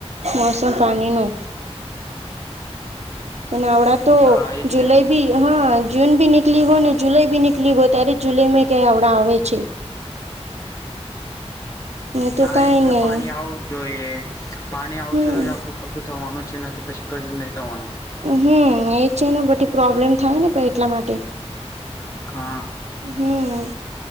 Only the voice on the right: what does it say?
મોસમ પાણી નો. અને અવડા તો
જુલાઈ
ભી હા જૂન ભી નીકળી ગો ને જુલાઈ ભી નીકળી ગો ત્યારે જુલાઈ માં કઈ અવડા આવે છે. ને તો
કઈ
નહી
હમ
હમ એ છે ને બધી પ્રોબ્લેમ થાય ને એટલા માટે
હમ